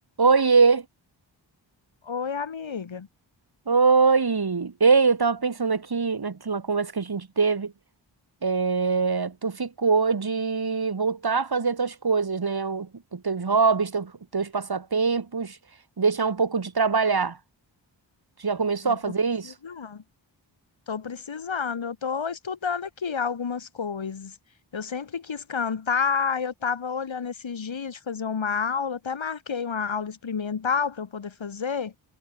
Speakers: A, on the right (about 55°); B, on the left (about 85°).
A: Oiê!
B: Oi, amiga.
A: Oi! Ei, eu tava pensando aqui naquela conversa que a gente teve. é, tu ficou de voltar a fazer tuas coisas, né? O- Os teus hobbies, teu, teus passatempos, deixar um pouco de trabalhar. Tu já começou
B: Eu
A: a fazer
B: tô precisando.
A: isso?
B: Tô precisando. Eu tô estudando aqui algumas coisas. Eu sempre quis cantar, eu tava olhando esses dias de fazer uma aula, até marquei uma aula experimental para eu poder fazer,